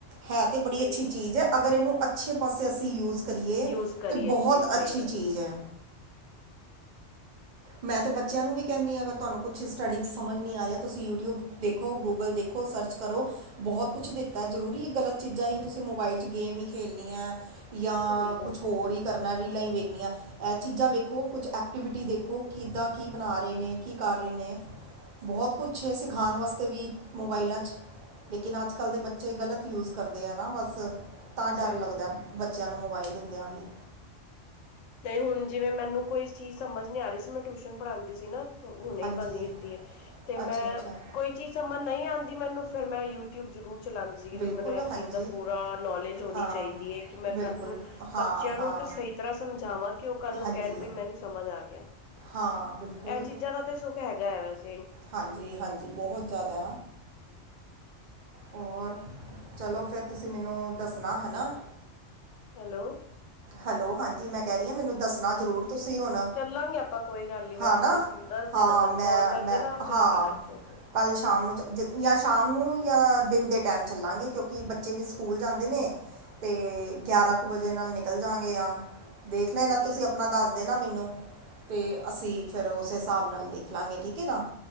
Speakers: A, on the right (about 45°); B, on the left (about 80°).
A: ਹੈ ਤਾਂ ਬੜੀ
B: ਸਹੀ
A: ਅੱਛੀ ਚੀਜ਼
B: ਗੱਲ
A: ਐ, ਅਗਰ ਇਹਨੂੰ ਅੱਛੇ ਪਾਸੇ ਅਸੀਂ ਯੂਜ਼ ਕਰੀਏ
B: ਯੂਜ ਕਰੀਏ
A: ਤੇ ਬਹੁਤ ਅੱਛੀ
B: ਸਹੀ ਗੱਲ
A: ਚੀਜ਼ ਐ। ਮੈਂ ਤੇ ਬੱਚਿਆਂ ਨੂੰ ਵੀ ਕੈਹਨੀ ਆ, ਅਗਰ ਤੁਹਾਨੂੰ ਕੁਛ ਸਟੱਡੀ 'ਚ ਸਮਝ ਨਹੀਂ ਆ ਰਿਹਾ, ਤੁਸੀਂ ਯੂਟਿਊਬ ਦੇਖੋ, ਗੂਗਲ ਦੇਖੋ, ਸਰਚ ਕਰੋ, ਬਹੁਤ ਕੁਛ ਦਿੱਤਾ, ਜ਼ਰੂਰੀ ਇਹ ਗਲਤ ਚੀਜ਼ਾਂ ਈ ਤੁਸੀਂ ਮੋਬਾਈਲ 'ਚ ਗੇਮ ਹੀ ਖੇਲਣੀਆਂ ਜਾਂ
B: ਸਹੀ ਗੱਲ
A: ਕੁਛ ਹੋਰ ਹੀ ਕਰਨਾ ਰੀਲਾਂ ਈ ਵੇਖਣੀਆਂ ਇਹ ਚੀਜ਼ਾਂ ਵੇਖੋ, ਕੁਛ ਐਕਟੀਵਿਟੀ ਦੇਖੋ, ਕਿ ਇੱਦਾਂ ਕੀ ਬਣਾ ਰਹੇ ਨੇ, ਕੀ ਕਰ ਰਹੇ ਨੇ ਬਹੁਤ ਕੁਛ ਸਿਖਾਉਣ ਵਾਸਤੇ ਵੀ ਮੋਬਾਈਲਾਂ 'ਚ ਲੇਕਿਨ, ਅੱਜ- ਕੱਲ ਦੇ ਬੱਚੇ ਗਲਤ ਯੂਸ ਕਰਦੇ ਆ ਨਾ ਬਸ, ਤਾਂ ਡਰ
B: ਸਹੀ
A: ਲੱਗਦਾ
B: ਗੱਲ
A: ਬੱਚਿਆਂ ਨੂੰ ਮੋਬਾਇਲ ਦਿੰਦਿਆਂ ਵੀ
B: ਤੇ ਹੁਣ ਜਿਵੇਂ ਮੈਨੂੰ ਕੋਈ ਚੀਜ਼ ਸਮਝ ਨਹੀਂ ਆ ਰਹੀ ਸੀ। ਮੈਂ ਟਿਊਸ਼ਨ ਪੜ੍ਹਾਉਂਦੀ ਸੀ ਨਾ ਹੁਣੇ
A: ਹਾਂਜੀ
B: ਬੰਦ ਕੀਤੀ ਐ ਤੇ
A: ਅੱਛਾ
B: ਮੈਂ
A: ਅੱਛਾ
B: ਕੋਈ ਚੀਜ਼ ਸਮਝ ਨਹੀਂ ਆਂਦੀ ਮੈਨੂੰ ਫਿਰ ਮੈਂ ਯੂ ਯਿਊਬ ਜਰੂਰ ਚਲਾਦੀ ਸੀਗੇ
A: ਬਿਲਕੁਲ
B: ਬੀ ਮੈਨੂੰ ਇਹ ਚੀਜ਼
A: ਹਾਂਜੀ
B: ਦਾ ਪੂਰਾ ਨੌਲੇਜ ਹੋਣੀ
A: ਹਾਂ
B: ਚਾਹੀਦੀ ਹੈਏ ਕਿ ਮੈਂ
A: ਬਿਲਕੁਲ
B: ਕੱਲ ਨੂੰ
A: ਹਾਂ,
B: ਬੱਚਿਆਂ
A: ਹਾਂ।
B: ਨੂੰ ਤੇ ਸਹੀ ਤਰ੍ਹਾਂ ਸਮਝਾਵਾਂ ਕਿ ਉਹ ਕੱਲ ਨੂੰ
A: ਹਾਂਜੀ
B: ਕਹਿਣ ਬੀ ਮੈਨੂੰ ਸਮਝ ਆ ਗਿਆ,
A: ਹਾਂ ਬਿਲਕੁਲ
B: ਇਹ ਚੀਜ਼ਾਂ ਦਾ ਤੇ ਹੈਗਾ ਹੈ ਵੇਸ
A: ਹਾਂਜੀ, ਹਾਂਜੀ ਬਹੁਤ ਜ਼ਿਆਦਾ ਹੋਰ, ਚਲੋ ਫਿਰ ਤੁਸੀਂ ਮੈਨੂੰ ਦੱਸਣਾ ਹੈ ਨਾ
B: ਹੈਲੋ?
A: ਹੈਲੋ, ਹਾਂਜੀ ਮੈਂ ਕਹਿ ਰਹੀ ਆ ਮੈਨੂੰ ਦੱਸਣਾ ਜ਼ਰੂਰ ਤੁਸੀਂ ਹੁਣ
B: ਚੱਲਾਂਗੇ ਆਪਾਂ ਕੋਈ ਗੱਲ ਨੀ, ਮੈਨੂੰ
A: ਹਾਂ ਨਾ
B: ਦੱਸ ਦੇਣਾ
A: ਹਾਂ
B: ਮੈਨੂੰ
A: ਮੈਂ
B: ਕੋਲ ਕਰ
A: ਮੈਂ
B: ਦੇਣਾ ਫੇਰ
A: ਹਾਂ
B: ਆਪਾਂ ਇਕੱਠੇ ਹੋ
A: ਕੱਲ੍ਹ ਸ਼ਾਮ ਨੂੰ ਜਿੱ ਜਾਂ ਸ਼ਾਮ ਨੂੰ ਜਾਂ ਦਿਨ ਦੇ ਟਾਈਮ ਚੱਲਾਂਗੇ, ਕਿਉਂਕਿ ਬੱਚੇ ਵੀ ਸਕੂਲ ਜਾਂਦੇ ਨੇ। ਤੇ ਗਿਆਰਾਂ ਕੁ ਵਜੇ ਨਾਲ ਨਿਕਲ ਜਾਗੇ ਆ, ਦੇਖਲਾਂਗੇ
B: ਠੀਕ।
A: ਤੁਸੀਂ ਆਪਣਾ ਦੱਸ ਦੇਨਾ ਮੈਨੂੰ ਅਤੇ ਅਸੀਂ ਫਿਰ ਉਸ ਹਿਸਾਬ ਨਾਲ ਦੇਖਲਾ ਗੇ ਠੀਕ ਐ ਨਾ।